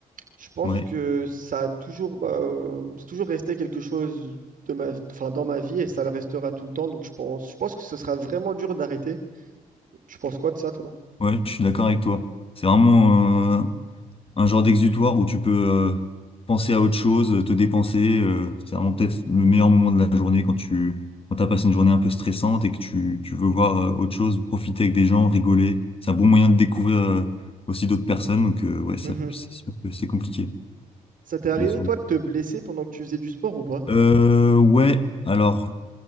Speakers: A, on the right; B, on the left.
A: Je pense
B: Ouais,
A: que ça a toujours, euh, c'est toujours resté quelque chose de ma, vie- enfin, dans ma vie et ça le restera tout le temps. Donc je pense, je pense que ce sera vraiment dur d'arrêter. Tu penses quoi de ça, toi?
B: ouais, je suis d'accord avec toi. C'est vraiment euh, un genre d'exutoire où tu peux euh, penser à autre chose, euh, te dépenser. euh, c'est vraiment peut-être le meilleur moment de la journée quand tu quand t'as passé une journée un peu stressante et que tu, tu veux voir euh, autre chose, profiter avec des gens, rigoler. C'est un bon moyen de découvrir euh, aussi d'autres personnes. Donc euh, ouais, ça,
A: Mhm.
B: c'est sûr que c'est compliqué
A: Ça t'est arrivé,
B: de s'en-
A: toi, de te blesser pendant que tu faisais du sport ou pas?
B: Euh, ouais, alors.